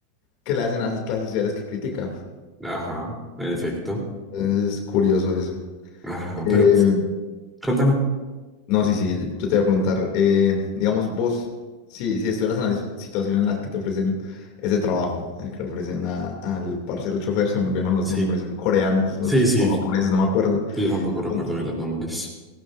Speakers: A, on the left; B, in the centre.
A: que le hacen a las clases sociales que critican.
B: Ajá, en efecto.
A: Es curioso eso.
B: Ajá,
A: Eh,
B: pero contame.
A: No, sí, sí, yo te voy a preguntar, eh, digamos vos, si, si estuvieras en la situ- situación en la que te ofrecen ese trabajo, el que le ofrecen a- al parcero chofer, se me olvidaron los
B: Sí,
A: nombres, son coreanos
B: sí,
A: los,
B: sí.
A: o japoneses, no me acuerdo,
B: Yo tampoco
A: el
B: recuerdo
A: punto.
B: bien los nombres.